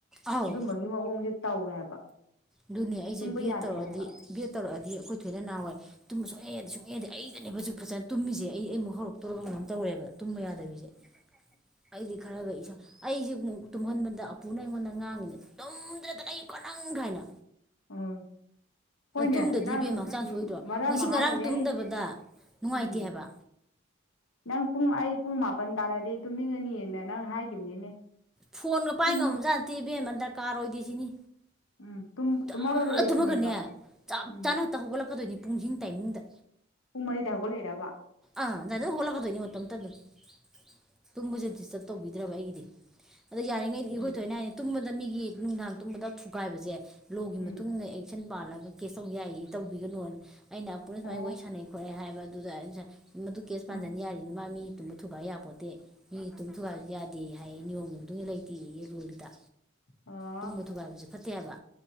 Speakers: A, in the centre; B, on the left.
A: ꯑꯥꯎ
B: ꯑꯗꯨꯝꯕꯒꯤ ꯒꯤ ꯃꯑꯣꯡꯁꯦ ꯇꯧꯋꯦ ꯍꯥꯏꯕ
A: ꯑꯗꯨꯅꯦ ꯑꯩꯁꯦ
B: ꯇꯨꯝꯕ
A: ꯕꯤ
B: ꯌꯥꯗꯦ
A: ꯑꯦꯗ ꯇꯧꯔꯛꯑꯗꯤ
B: ꯍꯥꯏꯕ
A: ꯕꯤ ꯑꯦꯗ ꯇꯧꯔꯛꯑꯗꯤ ꯑꯩꯈꯣꯏ ꯊꯣꯏꯅ ꯅꯍꯥꯟꯋꯥꯏ ꯇꯨꯝꯕ ꯁꯨꯡꯌꯥ ꯌꯥꯗꯦ ꯁꯨꯛꯌꯥ ꯌꯥꯗꯦ ꯑꯩꯗꯅꯦꯕ ꯍꯧꯖꯤꯛ ꯐꯖꯅ ꯇꯨꯝꯃꯤꯁꯦ ꯑꯩꯃꯨꯛ ꯍꯧꯔꯛꯇꯣꯔꯕ ꯀꯩꯅꯣꯝ ꯇꯧꯔꯦꯕ ꯇꯨꯝꯕ ꯌꯥꯗꯕꯤꯖꯦ ꯑꯩꯗꯤ ꯈꯔꯒ ꯏꯁ ꯑꯩꯁꯤ ꯑꯃꯨꯛ ꯇꯨꯝꯍꯟꯕꯗ ꯑꯄꯨꯅ ꯑꯩꯉꯣꯟꯗ ꯉꯥꯡꯉꯤꯅꯦ ꯇꯨꯝꯗ꯭ꯔꯗꯅ ꯂꯩ ꯀꯅꯪ ꯀꯥꯏꯅ
B: ꯑꯥꯎ ꯍꯣꯏꯅꯦ
A: ꯇꯨꯝꯗꯗꯤ
B: ꯅꯪ
A: ꯏꯕꯦꯝꯃ ꯍꯛꯆꯥꯡ ꯁꯣꯛꯏꯗ꯭ꯔꯣ
B: ꯃꯔꯛ
A: ꯉꯁꯤ
B: ꯑꯃ
A: ꯉꯔꯥꯡ
B: ꯍꯥꯏꯈꯤꯅꯦ
A: ꯇꯨꯝꯗꯕꯗ
B: ꯑꯩ
A: ꯅꯨꯡꯉꯥꯏꯇꯦ
B: ꯎꯝ
A: ꯍꯥꯏꯕ
B: ꯅꯪ ꯄꯨꯡ ꯑꯩ ꯄꯨꯡ ꯃꯥꯄꯥꯜ ꯇꯥꯔꯗꯤ ꯇꯨꯝꯅꯤꯡꯉꯅꯤꯅ ꯅꯪ ꯍꯥꯏꯈꯤꯕꯅꯤꯅꯦ
A: ꯐꯣꯟꯒ ꯄꯥꯏ
B: ꯇꯨꯝꯕ
A: ꯉꯝꯕꯖꯥꯠ ꯅꯠꯇꯦ ꯏꯕꯦꯝꯃ ꯗꯔꯀꯥꯔ ꯑꯣꯏꯗꯦ ꯁꯤꯅꯤ
B: ꯎꯝ ꯇꯨꯝ
A: ꯇꯥꯞ
B: ꯇꯨꯝꯍꯧꯔ ꯂꯣꯏꯔꯦ
A: ꯇꯨꯝꯃꯒꯅꯦ
B: ꯁꯤꯅꯦꯕ
A: ꯆꯞ
B: ꯎꯝ
A: ꯆꯥꯅ ꯍꯦꯛꯇ ꯍꯧꯒꯠꯂꯛꯀꯗꯣꯏꯅꯤ ꯄꯨꯡꯁꯤꯡ ꯇꯥꯏꯃꯤꯡꯗ
B: ꯄꯨꯡ ꯃꯔꯤꯗ ꯍꯧꯒꯠꯂꯤꯔꯕ
A: ꯑꯥ ꯗꯗ ꯍꯣꯂꯛ ꯀꯗꯣꯏꯅꯤꯉ ꯇꯝ ꯇ ꯑꯗꯨꯣ <inaudible> ꯇꯨꯝꯕꯖꯦ ꯗꯤꯁꯇꯔꯕ ꯇꯧꯕꯤꯗ꯭ꯔꯕ ꯑꯩꯒꯤꯗꯤ ꯑꯗꯣ ꯌꯥꯔꯤꯉꯩ ꯏꯈꯣꯏ
B: ꯎꯝ
A: ꯊꯣꯏꯅ ꯍꯥꯏꯅꯦ ꯇꯨꯝꯕꯗ ꯃꯤꯒꯤ ꯅꯨꯡꯗꯥꯡ ꯇꯨꯝꯕꯗ ꯊꯨꯒꯥꯏꯕꯖꯦ ꯂꯣꯒꯤ
B: ꯎꯝ
A: ꯃꯇꯨꯡ ꯏꯟꯅ ꯑꯦ ꯁꯟ ꯄꯥꯜꯂꯒ ꯀꯦꯁ ꯇꯧ ꯌꯥꯏꯌꯦ ꯇꯧꯕꯤꯒꯅꯣꯅ ꯑꯩꯅ ꯄꯨꯟꯅ ꯁꯨꯃꯥꯏꯅ
B: ꯑꯣ
A: ꯋꯥꯔꯤ ꯁꯥꯟꯅꯩ ꯈꯣꯠꯑꯦ ꯍꯥꯏꯕ ꯑꯗꯨꯗ ꯑꯗꯨ ꯑꯩꯅ ꯁꯨꯃꯥꯏ ꯃꯗꯨ ꯀꯦꯁ ꯄꯥꯟꯖꯟ
B: ꯎꯝ
A: ꯌꯥꯔꯦꯅꯦ ꯃꯥ ꯃꯤ ꯇꯨꯝꯕ ꯊꯨꯒꯥꯏ ꯌꯥꯄꯣꯠꯇꯦ ꯃꯤꯒꯤ ꯇꯨꯝ ꯊꯨꯒꯥꯏꯕꯖꯦ ꯌꯥꯗꯦꯌꯦ ꯍꯥꯏꯌꯦ ꯅꯤꯌꯣꯝꯒꯤ ꯃꯇꯨꯡꯏꯟꯅ ꯂꯩꯇꯦꯌꯦ ꯔꯨꯜꯗ
B: ꯑꯣ
A: ꯇꯨꯝꯕ ꯊꯨꯒꯥꯏꯕꯖꯦ ꯐꯠꯇꯦ ꯍꯥꯏꯕ